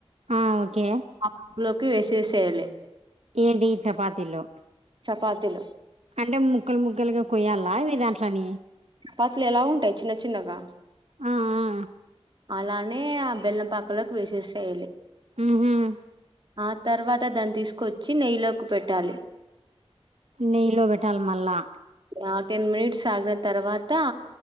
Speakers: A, on the right; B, on the right.
A: ఆ ఓకే
B: ఆ కప్పులోకి వేసేసేయాలి
A: ఏంటి చపాతీలో
B: చపాతీలు
A: అంటే ముక్కలు ముక్కలుగా కొయ్యాలా అవి దాంట్లోని
B: పాతిలు ఎలా ఉంటాయి చిన్న చిన్నగా
A: ఆ ఆ
B: అలానే ఆ బెల్లం పాకలోకి వేసేసేయాలి
A: మ్మ్ హ్మ్
B: ఆ తర్వాత దాన్ని తీసుకొచ్చి నెయ్యిలోకి పెట్టాలి
A: నెయ్యిలో వెట్టాల మళ్ళా
B: ఆ టెన్ మినిట్స్ ఆగిన తర్వాత